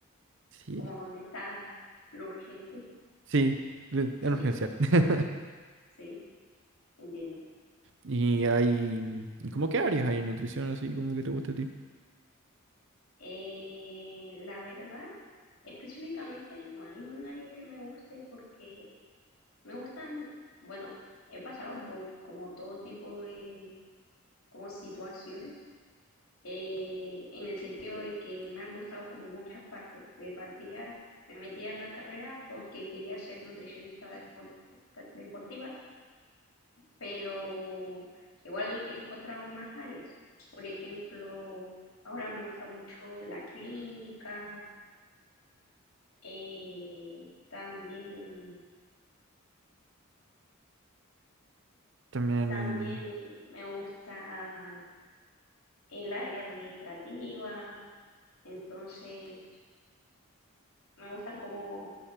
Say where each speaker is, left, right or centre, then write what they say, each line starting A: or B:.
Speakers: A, on the right; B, on the left.
A: Sí,
B: Como dónde está lo urgente.
A: sí, le-
B: <laughs>
A: en urgencia. <laughs>
B: Sí, entiendo.
A: Y hay, ¿y ¿cómo qué áreas hay en nutrición así como que te gusta a ti?
B: Eh, la verdad. Específicamente no hay un área que me guste porque me gustan, bueno, he pasado por como todo tipo de como situaciones eh, en el sentido de que me han gustado como muchas partes. De partida me metí a la carrera porque quería ser nutricionista deportista- deportiva, pero igual he encontrado más áreas. Por ejemplo, ahora me gusta mucho la clínica, eh, también
A: También,
B: También me gusta el área administrativa, entonces me gustan como